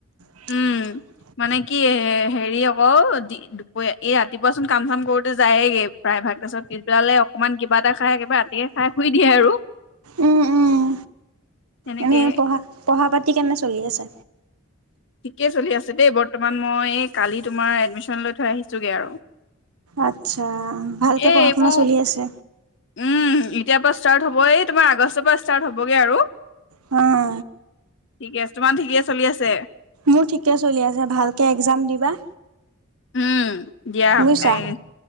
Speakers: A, on the right; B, on the left.
A: <unintelligible>
B: উম মানে কি হেৰি আকৌ দুপ এই ৰাতিপুৱা চোন কাম চাম কৰোতে যায়েগে প্ৰায় ভাগ তাৰপিছত পিছবেলালে অকণমান কিবা এটা খাই একেবাৰে ৰাতিকে খাই শুই দিয়ে আৰু
A: উম উম
B: তেনেকে
A: এনেই পঢ়া পঢ়া পাতি কেনে চলি আছে
B: ঠিকেই চলি আছে দেই বৰ্তমান মই এই কালি তোমাৰ এডমিশ্যন লৈ থৈ আহিছো গে আৰু
A: আচ্ছা ভালকে
B: এ
A: পঢ়া
B: এইবোৰ
A: শুনা চলি আছে
B: উম এতিয়াৰ পৰা ষ্টাৰ্ট হ'ব এই তোমাৰ আগষ্টৰ পৰা ষ্টাৰ্ট হ'বগে আৰু
A: উম
B: ঠিকে আছে তোমাৰ ঠিকে চলি আছে
A: মোৰ ঠিকে চলি আছে ভালকে এক্সাম দিবা
B: উম দিয়া
A: বুজিছা।
B: এই